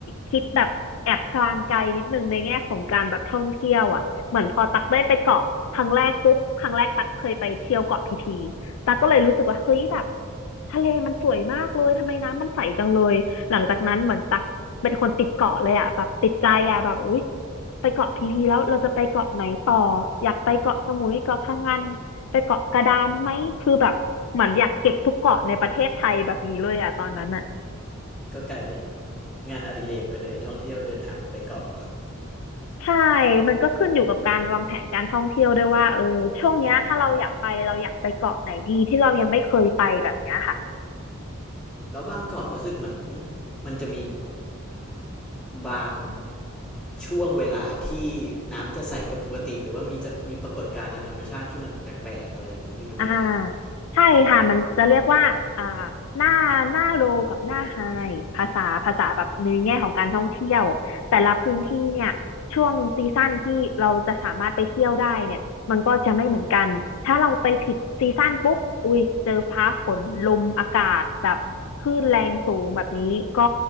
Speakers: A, on the left (about 65°); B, in the centre.
A: คิดแบบแอบการไกลนิดนึงในแง่ของการแบบท่องเที่ยวอ่ะเหมือนพอตั๊กได้ไปเกาะครั้งแรกปุ๊บครั้งแรกตั๊กเคยไปเที่ยวเกาะพีพีตั๊กก็เลยรู้สึกว่าเฮ้ยแบบทะเลมันสวยมากเลยทำไมน้ำมันใสจังเลยหลังจากนั้นเหมือนตั๊กเป็นคนติดเกาะเลยอ่ะแบบติดใจอ่ะแบบอุ๊ยไปเกาะพีพีแล้วเราจะไปเกาะไหนต่ออยากไปเกาะสมุยเกาะพะงัน ไปเกาะกระดานไหม คือแบบเหมือนอยากเก็บทุกเกาะในประเทศไทยแบบนี้เลยอะตอนนั้นอะ
B: ก็กลายเป็นงานอดิเรกไปเลยท่องเที่ยวเดินทางไปเกาะ
A: ใช่ มันก็ขึ้นอยู่กับการวางแผนการท่องเที่ยวด้วยว่าเออช่วงเนี้ยถ้าเราอยากไปเราอยากไปเกาะไหนดีที่เรายังไม่เคยไปแบบเนี้ยค่ะ
B: แล้วบางเกาะรู้สึกเหมือนมันจะมีบางช่วงเวลาที่น้ำจะใสก็ปกติหรือว่ามีจะมีปรากฏการณ์ทางธรรมชาติที่มันแปลกๆอะไรอย่างนี้อยู่ด้วย
A: อ่าใช่ค่ะมันจะเรียกว่าอ่าหน้าหน้าโลกับหน้าไฮภาษาภาษาแบบในแง่ของการท่องเที่ยวแต่ละพื้นที่เนี่ยช่วงซีซั่นที่เราจะสามารถไปเที่ยวได้เนี่ยมันก็จะไม่เหมือนกันถ้าเราไปผิดซีซั่นปุ๊บอุ้ยเจอฟ้าฝนลมอากาศแบบคลื่นแรงสูงแบบนี้ก็